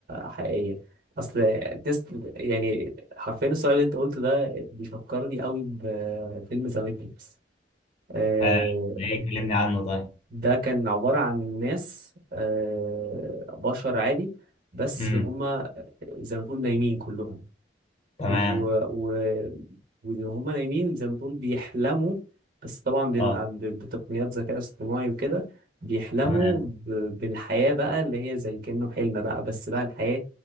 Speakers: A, on the right; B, on the left.
A: حقيقية اصل تيست يعني حرفيا السؤال اللي انت قلته ده بيفكرني قوي بفيلم ذا ماتريكس آه،
B: آه، ليه كلمني عنه طيب
A: ده كان عبارة عن ناس آه، بشر عادي بس
B: امم
A: هما زي ما تقول نايمين كلهم
B: تمام
A: و... و... وهما نايمين زي ما تقول بيحلموا بس طبعا بيبقى
B: اه
A: ب- بتقنيات ذكاء اصطناعي وكده بيحلموا
B: تمام
A: ب... بالحياة بقى اللي هي زي كأنه حلم بقى بس بقى الحياة